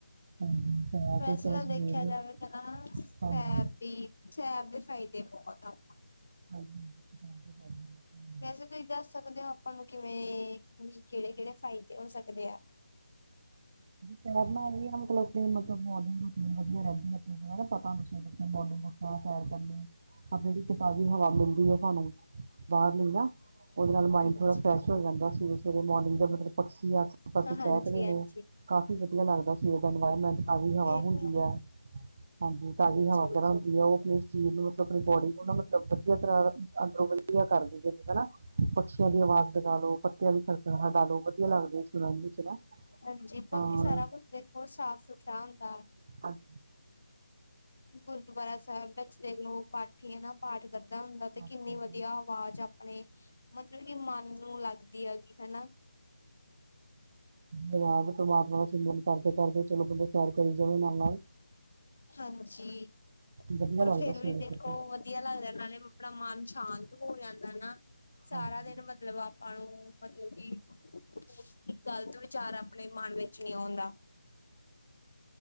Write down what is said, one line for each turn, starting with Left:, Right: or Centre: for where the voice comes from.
Right: ਹਾਂਜੀ। ਸਾਰਾ
Left: ਵੈਸੇ
Right: ਤੇ ਚਲੋ
Left: ਤਾ
Right: ਸਵੇਰ
Left: ਦੇਖਿਆ
Right: ਨੂੰ
Left: ਜਾਵੇ ਤਾਂ ਨਾ, ਸੈਰ
Right: ਹਾਂਜੀ
Left: ਦੀ, ਸੈਰ ਦੇ ਫਾਇਦੇ ਬਹੁਤ ਆ।
Right: ਹਾਂਜੀ <unintelligible>
Left: ਵੈਸੇ ਤੁਸੀਂ ਦੱਸ ਸਕਦੇ ਓ ਆਪਾਂ ਨੂੰ ਕਿਵੇਂ, ਤੁ ਕਿਹੜੇ-ਕਿਹੜੇ ਫਾਇਦੇ ਹੋ ਸਕਦੇ ਆ?
Right: ਸੈਰ ਨਾਲ ਏ ਨਾ ਮਤਲਬ ਕੀ, ਮਤਲਬ ਮੋਰਨਿੰਗ ਦੀ ਰੂਟੀਨ ਵਧੀਆ ਰਹਿੰਦੀ ਹੈ ਆ ਸਾੰਨੁ ਸਵੇਰੇ ਮੋਰਨਿੰਗ ਉਠਣਾ, ਸੈਰ ਕਰਨੀ, ਆਹ ਜਿਹੜੀ ਕਿ ਤਾਜ਼ੀ ਹਵਾ ਮਿਲਦੀ ਹੈ ਸਾਨੂੰ। ਬਾਹਰਲੀ ਨਾ। ਉਹਦੇ ਨਾਲ ਮਾਇੰਡ
Left: ਹਾਂਜੀ
Right: ਥੋੜ੍ਹਾ ਫਰੈਸ਼ ਹੋ ਜਾਂਦਾ, ਸਵੇਰੇ-ਸਵੇਰੇ ਮੋਰਨਿੰਗ ਦਾ ਮਤਲਬ, ਪਕਸ਼ੀ ਆਸੇ-ਪਾਸੇ
Left: ਹਾਂਜੀ
Right: ਚਹਿਕਦੇ
Left: ਹਾਂਜੀ
Right: ਨੇ। ਕਾਫੀ ਵਧੀਆ ਲੱਗਦਾ ਸੀ, ਓਦਾ ਇਨਵਾਇਰਮੈਂਟ। ਤਾਜ਼ੀ ਹਵਾ
Left: ਇਹ ਤਾਂ
Right: ਹੁੰਦੀ
Left: ਹੈ
Right: ਐ, ਹਾਂਜੀ, ਤਾਜ਼ੀ
Left: ਹਾਂਜੀ
Right: ਹਵਾ ਵਗੈਰਾ ਉਹ ਆਪਣੇ ਸਰੀਰ ਨੂੰ, ਮਤਲਬ ਆਪਣੀ ਬੋਡੀ ਨੂੰ ਮਤਲਬ ਵਧੀਆ ਤਰਾਂ ਅੰਦਰੋਂ ਵਧੀਆ ਕਰਿ ਦਿੰਦੀ ਏ ਹਨਾ। ਪਕਸ਼ੀਆਂ ਦੀ ਅਵਾਜ਼ ਲਗਾਲੋ, ਪੱਤੇਆਂ ਦੀ ਖੜ-ਖੜਾਹਟ ਲਾਲੋ, ਵਦੀਆ ਲੱਗਦੀ, ਸੁਨਨ ਵਿੱਚ ਨਾ।
Left: ਹਾਂਜੀ, ਬਾਕੀ
Right: ਹਾਂ
Left: ਸਾਰਾ ਕੁਛ ਦੇਖੋ ਸਾਫ-ਸੁਥਰਾ ਹੁੰਦਾ।
Right: ਅੱ
Left: ਗੁਰਦੁਆਰਾ ਸਾਹਿਬ। ਵਿੱਚ ਦੇਖਲੋ, ਪਾਠੀ ਹੈ ਨਾ ਪਾਠ ਕਰਦਾ ਹੁੰਦਾ
Right: ਹਾਂਜੀ
Left: ਤੇ ਕਿੰਨੀ ਵਧੀਆ ਅਵਾਜ਼ ਆਪਣੇ ਮਤਲਬ ਕੀ ਮਨ ਨੂੰ ਲੱਗਦੀ ਹੈਗੀ, ਹਨਾ।
Right: ਪਰਮਾਤਮਾ ਦਾ ਸਿਮਰਨ ਕਰਦੇ-ਕਰਦੇ, ਚਲੋ ਬੰਦਾ ਸੈਰ ਕਰੀ ਜਾਵੇ ਨਾਲ-ਨਾਲ।
Left: ਹਾਂਜੀ,
Right: ਵਧੀਆ
Left: ਪਰ
Right: ਲੱਗਦਾ
Left: ਫੇਰ ਵੀ
Right: ਸਵੇਰੇ
Left: ਦੇਖੋ
Right: ਸਵੇਰੇ
Left: ਵਦੀ ਵਦੀਆ ਲੱਗਦਾ, ਨਾਲੇ ਅਪਣਾ ਮਨ ਸ਼ਾਂਤ ਹੋ ਜਾਂਦਾ ਨਾ, ਸਾਰਾ
Right: ਹਾਂਜੀ
Left: ਦਿਨ ਵ ਮਤਲਬ ਆਪਾ ਣੁ, ਮਤਲਬ ਕਿ ਗਲਤ ਵਿਚਾਰ ਆਪਣੇ ਮਨ ਵਿੱਚ ਨੀ ਆਉਂਦਾ।